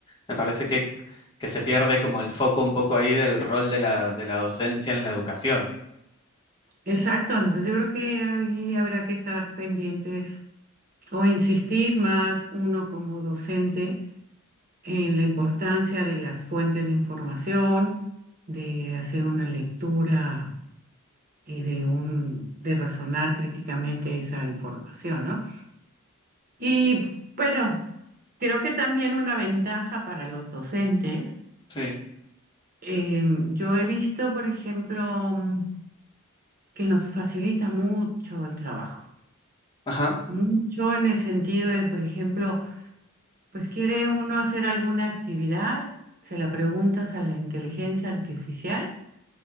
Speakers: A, on the left; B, on the right.
A: me parece que, que se pierde como el foco un poco ahí del rol de la, de la docencia en la educación.
B: Exacto, entonces yo creo que ahí habrá que estar pendientes o insistir más uno como docente en la importancia de las fuentes de información, de hacer una lectura y de un, de razonar críticamente esa información, ¿no? Y bueno, creo que también una ventaja para los docentes.
A: Sí.
B: eh, yo he visto, por ejemplo, mm, que nos facilita mucho el trabajo,
A: Ajá.
B: mucho en el sentido de, por ejemplo, pues quiere uno hacer alguna actividad, se la preguntas a la inteligencia artificial